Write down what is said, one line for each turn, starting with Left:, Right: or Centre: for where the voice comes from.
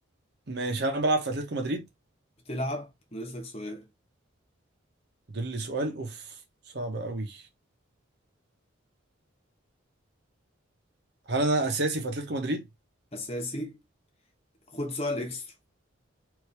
Right: ماشي هل انا بلعب في اتلتيكو مدريد
Left: بتلعب ناقصلك سؤال
Right: فاضل لي سؤال اوف صعب قوي هل انا اساسي في اتلتيكو مدريد
Left: أساسي خد سؤال إكسترا